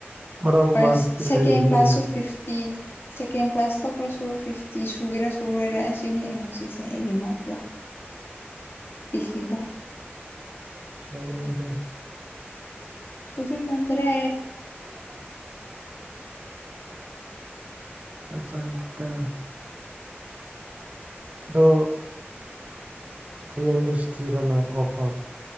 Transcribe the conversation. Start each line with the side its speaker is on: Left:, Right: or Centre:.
Right: ꯃꯔꯝ
Left: ꯐꯥꯔꯁ
Right: ꯑꯃ
Left: ꯁꯦꯀꯦꯟ
Right: ꯂꯩꯕꯒꯤꯅꯤꯗꯅ
Left: ꯀ꯭ꯂꯥꯁꯁꯨ ꯐꯤꯐꯇꯤ ꯁꯦꯀꯦꯟ ꯀ꯭ꯂꯥꯁ ꯊꯣꯛꯈ꯭ꯔꯁꯨ ꯐꯤꯐꯇꯤ ꯁꯨꯒꯦꯔꯁꯨ ꯂꯣꯏꯔꯦ ꯑꯁꯤꯅꯤ ꯑꯩ ꯍꯧꯖꯤꯛꯁꯦ ꯑꯩꯒꯤ ꯃꯥꯔ ꯂ ꯁꯤꯗ
Right: ꯁꯣꯅꯤꯗ
Left: ꯁꯗꯨ ꯃꯗꯔꯦ
Right: <inaudible> ꯆꯆꯥꯠꯇ ꯑꯗꯨ ꯍꯌꯦꯡ ꯗꯁꯇꯤꯅ ꯑꯣꯐ꯭ꯔꯝ